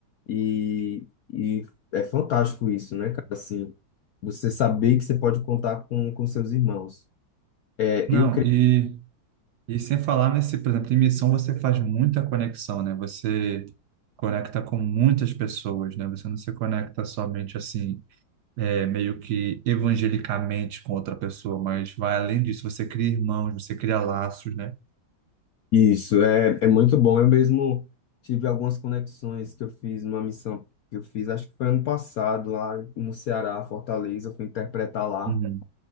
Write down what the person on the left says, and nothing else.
e, e é fantástico isso, né, cara? Assim, você saber que você pode contar com, com seus irmãos. É,
eu
Isso, é, é muito bom. Eu mesmo tive algumas conexões que eu fiz numa missão que eu fiz, acho que foi ano passado, lá no Ceará, Fortaleza, eu fui interpretar lá.